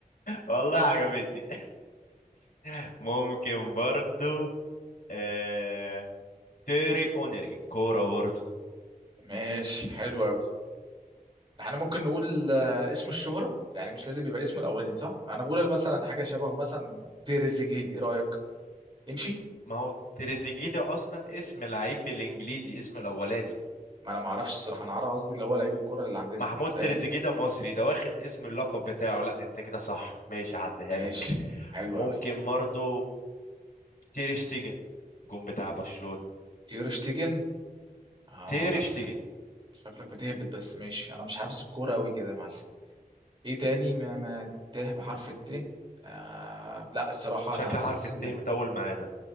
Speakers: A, on the left; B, on the right.
A: والله عجبتني <laughs> ممكن برضو آه... تيري اونري كورة برضو
B: ماشي حلو قوي احنا ممكن نقول آه، اسم الشهرة يعني مش لازم يبقى اسم الاولاني صح انا بقول مثلا حاجة شبهه مثلا تريزيجيه ايه رأيك امشي
A: ما هو تريزيجيه ده اصلا اسم لعيب بالانجليزي اسم الاولاني
B: ما انا ما اعرفش الصراحة انا عارف قصدي اللي هو لعيب الكرة اللي عندنا
A: محمود
B: فاهم
A: تريزيجيه ده مصري ده واخد اسم اللقب بتاعه لا انت كده صح ماشي عديها
B: ماشي
A: لك
B: حلو
A: ممكن
B: قوي
A: برضو تير شتيجن جون بتاع برشلونة
B: تير شتيجن اه
A: تير
B: لا
A: شتيجن
B: شكلك بتهبط بس ماشي انا مش حافظ الكوره قوي كده يا معلم ايه تاني ما ما تاه بحرف الت آه لا الصراحه
A: شكل
B: انا حاسس
A: حرف الت
B: ان
A: مطول معانا